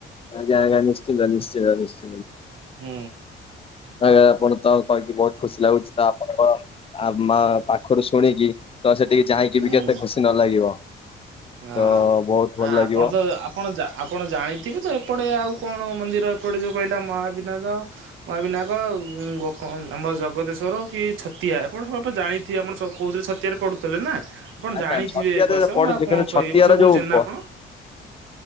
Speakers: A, on the left (about 30°); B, on the right (about 85°).
A: ଆଜ୍ଞା ଆଜ୍ଞା ନିଶ୍ଚିନ୍ତ ନିଶ୍ଚିତ ନିଶ୍ଚି
B: ହୁଁ।
A: ଆଜ୍ଞା ଆପଣ ତ କହିକି ବହୁତ ଖୁସି ଲାଗୁଛି ତ ଆପଣଙ୍କ ଆଉମା ପାଖରୁ ଶୁଣିକି ତ ସେଠିକି ଯାଇଁକି
B: ହୁଁ।
A: ବି କେତେ ଖୁସି ନ ଲାଗିବ।
B: ହଁ
A: ତ ବହୁତ ଭଲ
B: ଆ
A: ଲାଗିବ।
B: ଆପଣ ତ ଆପ ଆପଣ ଯା ଆପଣ ଜାଣିଥିବେ ତ ଏପଟେ ଆଉ କଣ ମନ୍ଦିର ଏପଟେ ଯୋଉ କହିଲା ମହାବିନାଦ। ମହାବିନାୟକ ଆଉ ଉଁ ଗ କ ଆମ ଜଗତେଶ୍ଵର କି ଛତିଆ ଆପଣ ସମତେ ଜାଣି ତି ଆପଣ ଛ କହୁଥିଲେ ଛତିଆରେ ପଡ଼ୁଥିଲେ ନା ଆପଣ
A: ଆଜ୍ଞା
B: ଜାଣିଥିବେ
A: ଛତିଆରେ
B: ଅବସ୍ୟ
A: ପଡୁଛି
B: ମୁଁ ଆଉ କଣ
A: କିନ୍ତୁ ଛତିଆର
B: କହିବି ଏ ବର୍ଷ ବୁଲିଛନ୍ତି
A: ଯୋଉ ବ
B: ନା ଆପଣ?